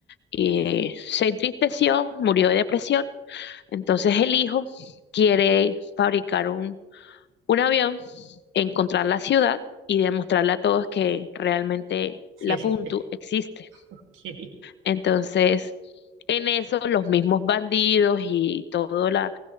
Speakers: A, on the left (about 60°); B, on the right (about 80°).
A: Y se entristeció, murió de depresión. Entonces el hijo quiere fabricar un, un avión, encontrar la ciudad y demostrarle a todos que realmente
B: sí
A: la
B: existe.
A: Puntu existe.
B: <laughs> Ok.
A: Entonces, en eso los mismos bandidos y todo la